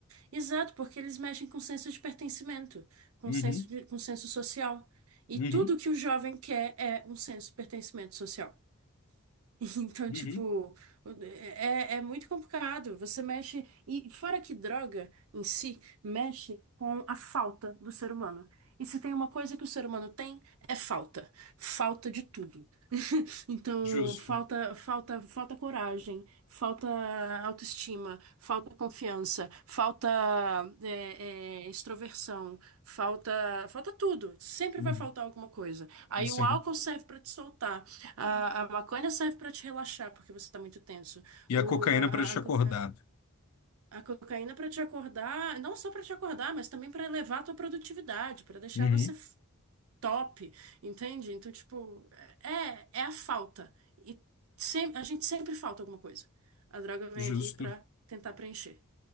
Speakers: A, on the right; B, on the left.
A: Exato, porque eles mexem com o senso de pertencimento, com
B: Uhum,
A: o senso de, com o senso social. E
B: uhum,
A: tudo que o jovem quer é um senso de pertencimento social. <laughs> Então,
B: uhum.
A: tipo, é, é é muito complicado. Você mexe. E fora que droga em si mexe com a falta do ser humano. E se tem uma coisa que o ser humano tem, é falta. Falta de tudo. Então,
B: Justo.
A: falta, falta, falta coragem, falta autoestima, falta confiança, falta é, é, extroversão, falta, falta tudo. Sempre
B: Uhum.
A: vai faltar alguma coisa. Aí
B: Sim.
A: o álcool serve para te soltar, a, a maconha serve para te relaxar porque você está muito tenso.
B: E
A: O,
B: a cocaína
A: a,
B: para te
A: a, a co-
B: acordar.
A: a cocaína para te acordar, não só para te acordar, mas também para elevar a tua produtividade, para deixar
B: Uhum.
A: você top, entende? Então, tipo, é, é a falta. E sem, a gente sempre falta alguma coisa. A droga vem
B: Justo.
A: aqui pra tentar preencher.